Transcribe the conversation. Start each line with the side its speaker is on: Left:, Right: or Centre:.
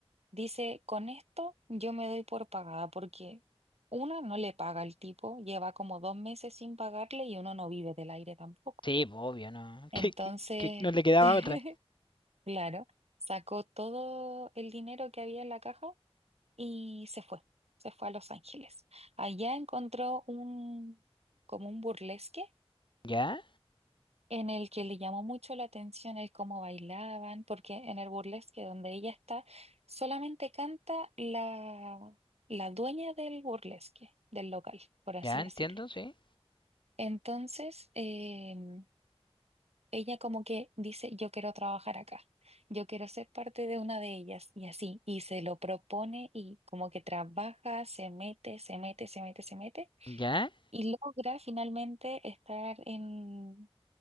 Right: dice, con esto yo me doy por pagada porque una no le paga al tipo, lleva como dos meses sin pagarle y uno no vive del aire tampoco.
Left: Sí, pues, obvio, no.
Right: Entonces,
Left: <laughs> Que, que- que no le quedaba
Right: <laughs>
Left: otra.
Right: claro, sacó todo el dinero que había en la caja y se fue, se fue a Los Ángeles. Allá encontró un, como un burlesque
Left: ¿Ya?
Right: en el que le llamó mucho la atención el cómo bailaban, porque en el burlesque donde ella está, solamente canta la, la dueña del burlesque, del local, por así
Left: ¿Ya? Entiendo,
Right: decirlo.
Left: sí.
Right: Entonces, eh, ella como que dice, yo quiero trabajar acá, yo quiero ser parte de una de ellas y así, y se lo propone y como que trabaja, se mete, se mete, se mete, se mete
Left: ¿Ya?
Right: y logra finalmente estar en,